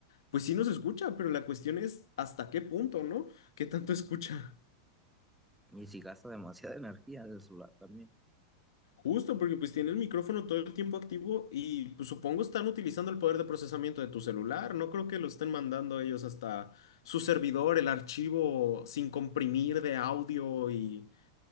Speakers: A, on the left (about 85°); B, in the centre.
A: pues sí nos escucha, pero la cuestión es hasta qué punto, ¿no? ¿Qué tanto escucha?
B: Y si gasta demasiada <laughs> energía del celular también.
A: Justo porque pues tiene el micrófono todo el tiempo activo y pues supongo están utilizando el poder de procesamiento de tu celular. No creo que lo estén mandando ellos hasta su servidor, el archivo sin comprimir de audio y,